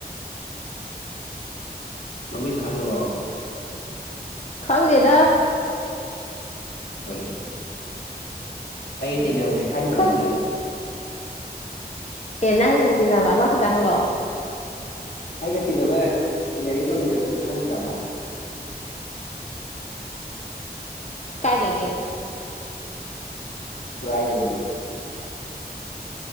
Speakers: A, on the left; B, on the left.
A: ꯃꯃꯤꯡ ꯈꯪꯉꯥꯕꯣ
B: ꯈꯪꯗꯦꯗꯥ
A: UNINTELLIGIBLE ꯑꯩꯒ ꯇꯤꯟꯅꯕꯖꯦ ꯈꯪꯗ꯭ꯔꯕꯅꯦ
B: ꯀꯩ ꯑꯦ ꯅꯪ ꯇꯤꯟꯅꯕ ꯑꯃꯥ ꯈꯇꯪꯂꯣ
A: ꯑꯩꯒ ꯇꯤꯟꯅꯕ ꯏꯟꯖꯤꯅꯤꯌꯥꯔꯤꯡ ꯇꯧꯃꯤꯟꯅꯔꯛꯄꯖꯤ ꯈꯪꯗ꯭ꯔꯕ
B: ꯀꯥꯏꯗꯒꯤ
A: ꯈꯨꯔꯥꯏꯗꯒꯤ